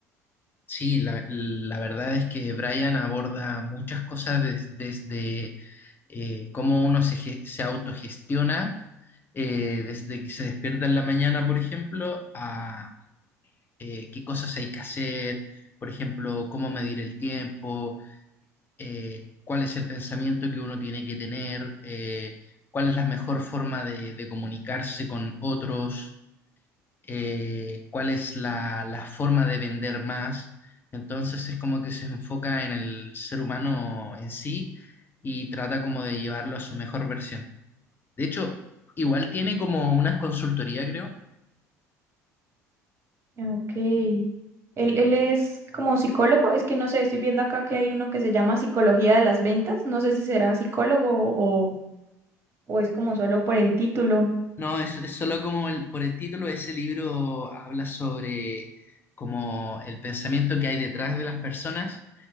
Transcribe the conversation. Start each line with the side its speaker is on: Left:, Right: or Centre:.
Left: Sí, la, la verdad es que Brian aborda muchas cosas des- desde eh, cómo uno se, ge- se autogestiona, eh, desde que se despierta en la mañana, por ejemplo, a eh, qué cosas hay que hacer, por ejemplo, cómo medir el tiempo eh, cuál es el pensamiento que uno tiene que tener, eh, cuál es la mejor forma de, de comunicarse con otros, eh, cuál es la, la forma de vender más. Entonces es como que se enfoca en el ser humano en sí y trata como de llevarlo a su mejor versión. De hecho, igual tiene como una consultoría, creo.
Right: Ah, Ok. Él, él es como psicólogo, es que no sé, estoy viendo acá que hay uno que se llama Psicología de las Ventas, no sé si será psicólogo o, o es como solo por el título.
Left: No, es, es solo como el- por el título, ese libro habla sobre como el pensamiento que hay detrás de las personas